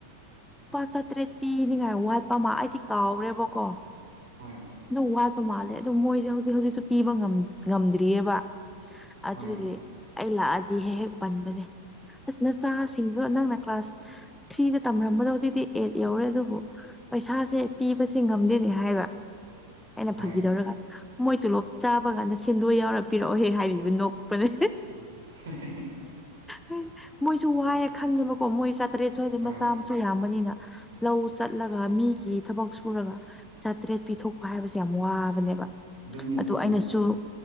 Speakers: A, in the centre; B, on the right (about 65°).
A: ꯂꯨꯄꯥ ꯆꯥꯇ꯭ꯔꯦꯠ ꯄꯤꯅꯤꯡꯉꯥꯏ ꯋꯥꯠꯄ ꯑꯃ ꯑꯩꯗꯤ ꯀꯥꯎꯔꯦꯕꯀꯣ
B: ꯍꯣꯏ
A: ꯑꯗꯨ ꯋꯥꯠꯄ ꯃꯥꯜꯂꯦ ꯑꯗꯨ ꯃꯣꯏꯁꯦ ꯍꯧꯖꯤꯛ ꯍꯧꯖꯤꯛꯁꯨ ꯄꯤꯕ ꯉꯝꯗ꯭ꯔꯤꯑꯕ
B: ꯍꯣꯏ
A: ꯑꯗꯨꯒꯤ ꯑꯩ ꯂꯥꯛꯑꯗꯤ ꯍꯦꯛ ꯍꯦꯛ ꯄꯟꯕꯅꯦ ꯑꯁ ꯅꯆꯥꯁꯤꯡꯗꯣ ꯅꯪꯅ ꯀ꯭ꯂꯥꯁ ꯊ꯭ꯔꯤꯗ ꯇꯝꯔꯝꯕꯗꯣ ꯍꯧꯖꯤꯛꯇꯤ ꯑꯦꯠ ꯌꯧꯔꯦ ꯑꯗꯨꯕꯨ ꯄꯩꯁꯥꯁꯦ ꯄꯤꯕꯁꯦ ꯉꯝꯗꯦꯅꯦ ꯍꯥꯏꯕ ꯑꯩꯅ
B: ꯍꯣꯏ
A: ꯐꯈꯤꯗꯧꯔꯒ ꯃꯣꯏ ꯇꯣꯂꯣꯞ ꯆꯥꯕ ꯀꯥꯟꯗ ꯁꯦꯟꯗꯣꯏ ꯌꯥꯎꯔ ꯄꯤꯔꯛꯑꯣꯍꯦ ꯍꯥꯏꯕꯤꯕ ꯅꯣꯛꯄꯅꯦ
B: ꯑ
A: ꯍꯣꯏ ꯃꯣꯏꯁꯨ ꯋꯥꯏꯑꯦ ꯈꯪꯉꯦꯕꯀꯣ ꯃꯣꯏ ꯆꯥꯇ꯭ꯔꯦꯠꯁꯨ ꯍꯥꯏꯗꯤ
B: ꯍꯣꯏ
A: ꯃꯆꯥ ꯑꯃꯁꯨ ꯌꯥꯝꯕꯅꯤꯅ ꯂꯧ ꯆꯠꯂꯒ ꯃꯤꯒꯤ ꯊꯕꯛ ꯁꯨꯔꯒ ꯆꯥꯇ꯭ꯔꯦꯠ ꯄꯤꯊꯣꯛꯄ ꯍꯥꯏꯕꯁꯦ ꯌꯥꯝ ꯋꯥꯕꯅꯦꯕ
B: ꯑꯗꯨ ꯑꯗꯨꯣꯅꯦ
A: ꯑꯗꯣ
B: ꯆꯃꯦ
A: ꯑꯩꯅꯁꯨ
B: ꯆꯃꯦ